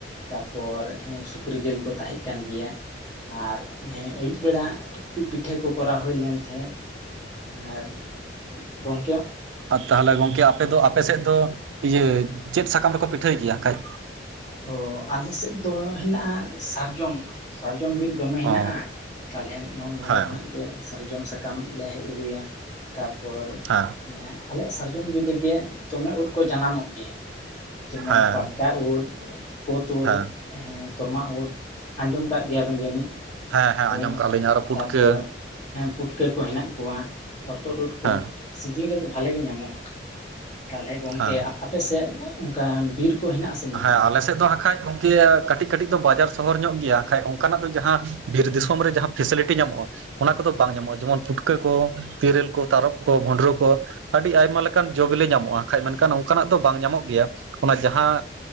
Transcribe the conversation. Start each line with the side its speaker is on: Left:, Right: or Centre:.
Left: ᱛᱟᱯᱚᱨ ᱦᱮᱸ ᱥᱩᱠᱨᱤ ᱡᱤᱞ ᱠᱚ ᱛᱟᱦᱮᱸᱜ ᱠᱟᱱ ᱜᱮᱭᱟ᱾ ᱟᱨ ᱦᱮᱸ ᱟᱹᱭᱩᱵ ᱵᱮᱲᱟ ᱯᱤ-ᱯᱤᱴᱷᱟᱹ ᱠᱚ ᱠᱚᱨᱟᱣ ᱦᱳᱭ ᱞᱮᱱ ᱛᱟᱦᱮᱸ᱾ ᱟᱨ ᱜᱚᱝ
Right: ᱟ ᱛᱟᱦᱟᱞᱮ ᱜᱚᱝᱠᱮ ᱟᱯᱮ ᱫᱚ ᱟᱯᱮ ᱥᱮᱜ ᱫᱚ ᱤᱭᱟᱹ ᱪᱮᱫ ᱥᱟᱠᱟᱢ ᱨᱮᱠᱚ ᱯᱤᱴᱷᱟᱹᱭ ᱜᱮᱭᱟ ᱠᱷᱟᱡ?
Left: ᱚ ᱟᱞᱮ ᱥᱮᱡ ᱫᱚ ᱦᱮᱱᱟᱜᱼᱟ, ᱥᱟᱨᱡᱚᱢ ᱥᱟᱨᱡᱚᱢ ᱵᱩᱨᱩᱵ᱾ ᱫᱚᱢᱮ ᱦᱮᱱᱟᱜᱼᱟ
Right: ᱚ
Left: ᱛᱟᱦᱚᱞᱮ ᱱᱚᱰᱮ
Right: ᱦᱮᱸ
Left: ᱠᱷᱚᱱᱟᱜ ᱜᱮ ᱥᱟᱨᱡᱚᱢ ᱥᱟᱠᱟᱢ ᱞᱮ ᱦᱮᱡ ᱟᱹᱜᱩᱭᱟ᱾ ᱛᱟᱨᱯᱚᱨ
Right: ᱦᱮᱸ
Left: ᱟᱞᱮᱭᱟᱜ ᱥᱟᱨᱡᱚᱢ ᱵᱤᱨ ᱨᱮᱜᱮ ᱫᱚᱢᱮ ᱩᱫ ᱠᱚ ᱡᱟᱱᱟᱢᱚᱜ ᱜᱮᱭᱟ᱾ ᱡᱮᱢᱚᱱ
Right: ᱦᱮᱸ
Left: ᱯᱟᱴᱠᱟ ᱩᱞ ᱠᱳᱛᱩᱨ,
Right: ᱦᱮᱸ ᱦᱮᱸ
Left: ᱦᱮᱸ ᱛᱚᱨᱢᱟᱞ ᱩᱫ ᱟᱸᱡᱚᱢ ᱠᱟᱜ ᱜᱮᱭᱟᱵᱤᱱ ᱡᱟᱹᱱᱤᱡ᱾
Right: ᱦᱮᱸ ᱦᱮᱸ
Left: ᱦᱳᱭ
Right: ᱟᱸᱡᱚᱢ ᱠᱟᱜᱼᱟ ᱞᱤᱧ ᱟᱨᱚ ᱯᱩᱴᱠᱟᱹ
Left: ᱛᱟᱯᱚᱨ ᱦᱮᱸ ᱯᱩᱴᱠᱟᱹ ᱠᱚ ᱦᱮᱱᱟᱜ ᱠᱚᱣᱟ ᱚᱨ-ᱛᱩᱫ ᱩᱫ ᱠᱚ
Right: ᱦᱮᱸ
Left: ᱥᱤᱡᱤᱱ ᱨᱮᱫᱚ ᱵᱷᱟᱞᱮᱜ ᱜᱮ ᱧᱟᱢᱚᱜᱼᱟ᱾ ᱛᱟᱦᱚᱞᱮ ᱜᱚᱝᱠᱮ
Right: ᱦᱮᱸ
Left: ᱟᱯᱮᱥᱮᱫ ᱚᱱᱠᱟ ᱵᱤᱨ ᱠᱚ ᱦᱮᱱᱟᱜ ᱟᱥᱮ ᱵᱟᱹᱱᱩᱜᱼᱟ
Right: ᱦᱮᱸ ᱟᱞᱮᱥᱮᱫ ᱫᱚ ᱦᱟᱠᱷᱟᱡ ᱜᱚᱢᱠᱮ ᱠᱟᱹᱴᱤᱡ ᱠᱟᱹᱴᱤᱡ ᱫᱚ ᱵᱟᱡᱟᱨ ᱥᱚᱦᱚᱨ ᱧᱚᱜ ᱜᱮᱭᱟ ᱠᱷᱟᱡ ᱚᱱᱠᱟᱱᱟᱜ ᱫᱚ ᱡᱟᱦᱟᱸ ᱵᱤᱨ ᱫᱤᱥᱚᱢ ᱨᱮ ᱡᱟᱦᱟᱸ ᱯᱷᱮᱥᱮᱞᱤᱴᱤ ᱧᱟᱢᱚᱜᱼᱟ ᱚᱱᱟ ᱠᱚᱫᱚ ᱵᱟᱝ ᱧᱟᱢᱚᱜᱼᱟ᱾ ᱡᱮᱢᱚᱱ ᱯᱩᱴᱠᱟᱹ ᱠᱚ ᱛᱮᱨᱮᱞ ᱠᱚ ᱛᱟᱨᱚᱵ ᱠᱚ ᱵᱷᱩᱸᱰᱨᱟᱹ ᱠᱚ᱾ ᱟᱹᱰᱤ ᱟᱭᱢᱟ ᱞᱮᱠᱟᱱ ᱡᱚᱵᱮᱞᱮ ᱧᱟᱢᱚᱜᱼᱟ ᱠᱷᱟᱡ ᱢᱮᱱᱠᱷᱟᱱ ᱚᱱᱠᱟᱱᱟᱜ ᱫᱚ ᱵᱟᱝ ᱧᱟᱢᱚᱜ ᱜᱮᱭᱟ, ᱚᱱᱟ ᱡᱟᱦᱟᱸ